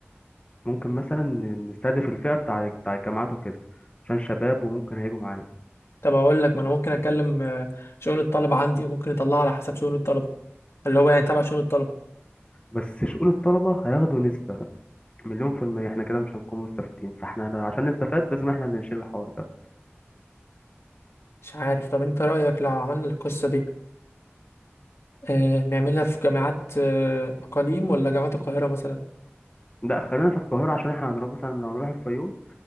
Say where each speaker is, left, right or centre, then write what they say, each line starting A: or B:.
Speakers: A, on the left; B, on the left.
A: ممكن مثلا نستهدف الفئة بتاع بتاع الجامعات وكده عشان شباب وممكن هيجوا معانا
B: طب اقول لك ما انا ممكن اكلم آه، شؤون الطلبه عندي ممكن اطلعها على حسب شؤون الطلبه اللي هو يعني تبع شؤون الطلبه
A: بس شؤون الطلبة هياخدوا نسبة مليون في المية احنا كده مش هنكون مستفيدين فاحنا لو- عشان نستفاد لازم احنا اللي نشيل الحوار ده
B: مش عارف طب انت رايك لو عملنا القصه دي آه، نعملها في جامعات آه، اقاليم ولا جامعات القاهره مثلا
A: لا خلينا في القاهرة عشان احنا هنروح مثلا لو هنروح الفيوم